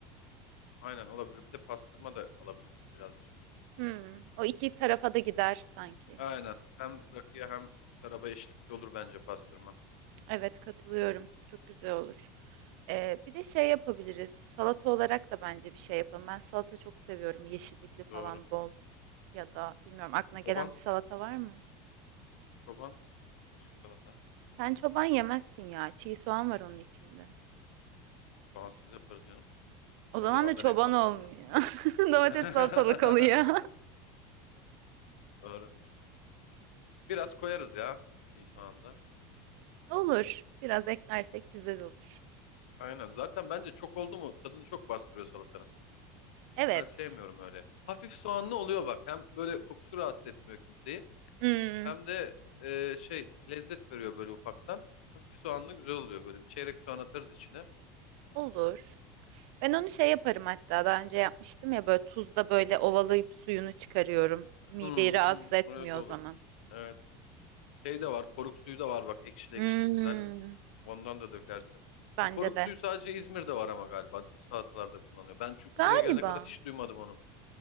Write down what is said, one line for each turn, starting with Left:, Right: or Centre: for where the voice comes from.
Left: Aynen olabilir. Bir de pastırma da alabiliriz birazcık.
Right: Hmm, o iki tarafa da gider sanki.
Left: Aynen. Hem rakıya hem şaraba eşlikçi olur bence pastırma.
Right: Evet katılıyorum. Çok güzel olur. Ee, bir de şey yapabiliriz. Salata olarak da bence bir şey yapalım. Ben salata çok seviyorum. Yeşillikli falan
Left: Doğru.
Right: bol. Ya da bilmiyorum aklına gelen
Left: Çoban.
Right: bir salata var mı?
Left: Çoban. Kaşık salata.
Right: Sen çoban yemezsin ya. Çiğ soğan var onun içinde.
Left: Soğansız yaparız canım.
Right: O
Left: O
Right: zaman
Left: zaman
Right: da çoban
Left: da ne kaldı
Right: olmuyor.
Left: değil mi?
Right: <laughs> Domates
Left: <laughs>
Right: salatalık oluyor.
Left: Doğru. Biraz koyarız ya çiğ soğanda.
Right: <laughs> Olur. Biraz eklersek güzel olur.
Left: Aynen. Zaten bence çok oldu mu tadını çok bastırıyor salatanın.
Right: Evet.
Left: Ben sevmiyorum öyle. Hafif soğanlı oluyor bak. Hem böyle kokusu rahatsız etmiyor kimseyi.
Right: Hmm,
Left: Hem de e, şey lezzet veriyor böyle ufaktan. Hafif soğanlı güzel oluyor böyle. Bir çeyrek soğan atarız içine.
Right: olur. Ben onu şey yaparım hatta daha önce yapmıştım ya böyle tuzla böyle ovalayıp suyunu çıkarıyorum. Mideyi
Left: Hı
Right: rahatsız
Left: hı
Right: etmiyor
Left: öyle de
Right: o
Left: olur.
Right: zaman.
Left: Evet. Şey de var. Koruk suyu da var bak ekşili
Right: Hmm,
Left: ekşili güzel. Ondan da dökersin.
Right: bence
Left: O koruk
Right: de.
Left: suyu sadece İzmir'de var ama galiba değil mi? Salatalarda kullanıyor. Ben çünkü
Right: Galiba.
Left: buraya gelene kadar hiç duymadım onu.